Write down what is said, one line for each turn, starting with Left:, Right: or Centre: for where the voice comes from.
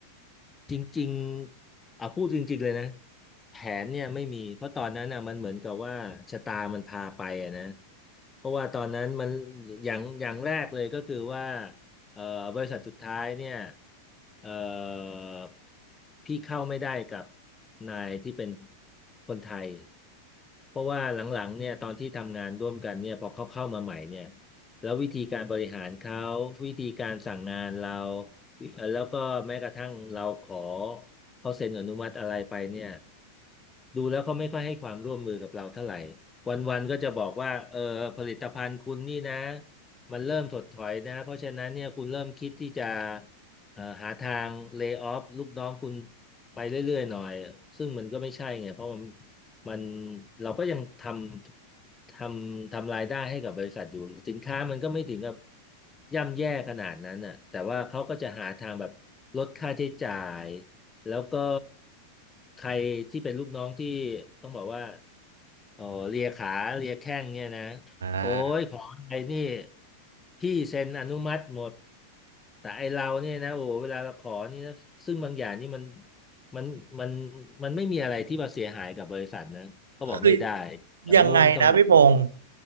Left: จริงๆอ่ะพูดจริงๆเลยนะแผนเนี่ยไม่มีเพราะตอนนั้นอ่ะมันเหมือนกับว่าชะตามันพาไปอ่ะนะเพราะว่าตอนนั้นมันอย่างอย่างแรกเลยก็คือว่าเอ่อบริษัทสุดท้ายเนี่ยเอ่อพี่เข้าไม่ได้กับนายที่เป็นคนไทยเพราะว่าหลังๆเนี่ยตอนที่ทำงานร่วมกันเนี่ยพอเขาเข้ามาใหม่เนี่ยแล้ววิธีการบริหารเขาวิธีการสั่งงานเรา เอ่อแล้วก็แม้กระทั่งเราขอเขาเซ็นอนุมัติอะไรไปเนี่ยดูแล้วเขาไม่ค่อยให้ความร่วมมือกับเราเท่าไหร่วันๆก็จะบอกว่าเออผลิตภัณฑ์คุณนี่นะมันเริ่มถดถอยนะเพราะฉะนั้นเนี่ยคุณเริ่มคิดที่จะเอ่อหาทางเล y o ออฟลูกน้องคุณไปเรื่อยๆหน่อยซึ่งมันก็ไม่ใช่ไงเพราะมันมันเราก็ยังทำ ทำทำรายได้ให้กับบริษัทอยู่สินค้ามันก็ไม่ถึงกับย่ำแย่ขนาดนั้นน่ะแต่ว่าเขาก็จะหาทางแบบลดค่าใช้จ่ายแล้วก็ใครที่เป็นลูกน้องที่ต้องบอกว่าเออเลียขาเลียแข้งเนี่ยนะ
Right: อ่า
Left: โอ้ยของอะไรนี่พี่เซ็นอนุมัติหมดแต่ไอเราเนี่ยนะโอ้โหเวลาเราขอนี่นะซึ่งบางอย่างนี่มันมันมันมันไม่มีอะไรที่มาเสียหายกับบริษัทนะเขาบอกไม่ได้
Right: คือ
Left: อย่างนู้นต้องอย่างนี้
Right: ยังไงนะพี่พงษ์